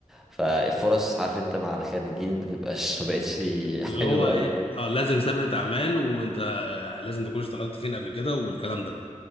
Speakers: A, in the centre; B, on the left (about 45°).
A: فالفرص عارف انت مع الخريجين بتبقاش ما بقتش <laughs>
B: اللي
A: حلوه
B: هو
A: قوي
B: ايه اه لازم سابقة اعمال وانت لازم تكون اشتغلت فين قبل كده والكلام ده